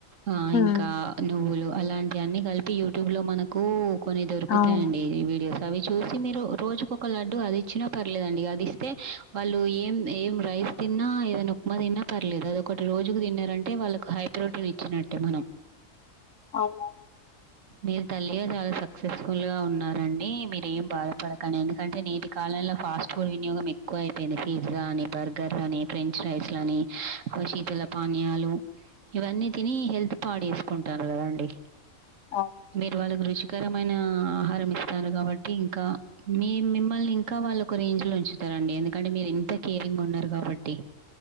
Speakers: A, on the right; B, on the left.
A: ఆ ఇంకా
B: ఉమ్.
A: నువ్వులు అలాంటి అన్ని కలిపి యూట్యూబ్ లో మనకు కొన్ని దొరుకుతాయండి
B: అవును
A: వీడియోస్ అవి చూసి మీరు రోజుక ఒక లడ్డు అది ఇచ్చినా పర్లేదండి అది ఇస్తే వాళ్ళు ఏం ఏం రై స్ తిన్నా ఏదైనా ఉప్మా తిన్న పర్లేదు అది ఒక ఒకటి రోజుకు తిన్నారంటే వాళ్ళకు హైప్రోటీన్ ఇచ్చినట్టే మనం
B: అవునా
A: మీరు తల్లిగా చాలా సక్సెస్ఫుల్ గా ఉన్నారండి మీరు ఏం బాధపడకండి ఎందుకంటే నేటి కాలంలో ఫాస్ట్ ఫుడ్ వినియోగం ఎక్కువ అయిపోయింది పిజ్జా అని బర్గర్ల అని ఫ్రెంచ్ ఫ్రైస్ లని శీతల పానీయాలు ఇవన్నీ తిని హెల్త్ పాడ్యూస్సుకుంటున్నారు కదండి
B: అవును
A: మీరు వాళ గురు రుచికరమైన ఆహారం ఇస్తారు కాబట్టి ఇంకా మీ మిమ్మల్ని ఇంకా వాళ్ళ ఒక రేంజ్ లో ఉంచ తరండి ఎందుకంటే మీరు ఎంత కేరింగ్ ఉన్నారు కాబట్టి